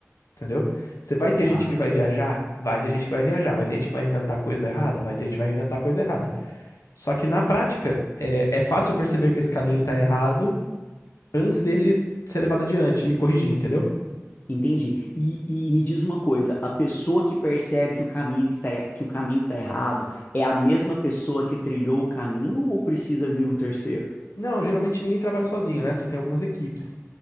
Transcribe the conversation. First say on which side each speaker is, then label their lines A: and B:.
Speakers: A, on the left; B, on the left.
A: entendeu? Você vai ter
B: Tá,
A: gente que vai viajar? Vai ter gente que vai viajar. Vai ter gente que vai inventar coisa errada? Vai ter gente que vai inventar coisa errada. Só que na prática, é, é fácil perceber que esse caminho tá errado antes dele ser levado adiante e corrigir, entendeu?
B: entendi. E, e me diz uma coisa, a pessoa que percebe que o caminho que tá, e- que o caminho tá errado é a mesma pessoa que trilhou o caminho ou precisa vir um terceiro?
A: Não, geralmente ninguém trabalha sozinho, né? Tu tem algumas equipes.